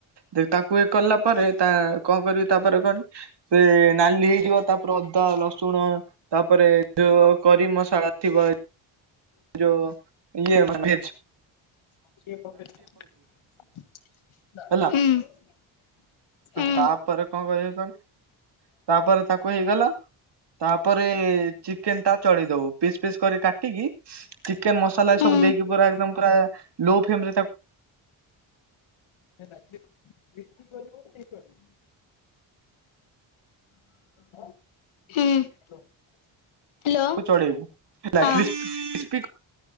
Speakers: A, on the right; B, on the left.
A: ଦେଖ ତାକୁ ଇଏ କଲା ପରେ ତା କଣ କରିବି ତାପରେ କହନି। ସେ ନାଲି ହେଇଯିବ ତାପରେ ଅଦା ରସୁଣ ତାପରେ ଯୋଉ କରିମ୍ ମସଲା। ଥିବଲ୍ ଯୋଉ ଇଏ ମଭେଜ୍
B: ହୁଁ।
A: ହେଲା
B: ହୁଁ।
A: ତାପରେ କଣ କହିବୁ କହନି ତାପରେ ତାକୁ ହେଇଗଲା। ତାପରେ ଚିକେନ୍ ଟା ଚଳି ଦବୁ ଫିସ୍ ଫିସ୍ କରି କାଟିକି ଚିକେନ୍ ମସଲା ଏଇ
B: ହୁଁ
A: ସବୁ ଦେଇକି ପୁରା ଏକଦମ୍ ପୁରା ଲୋ ଫ୍ରେମ୍ ରେ ତା
B: ତା ବିକ୍ରି କରିବ ଠିକ୍ ଅଛି। <inaudible> ହୁଁ ହ୍ୟାଲୋ
A: ତୁ ଚଳେଇବୁ। ହେଲା
B: ହଁ
A: <unintelligible>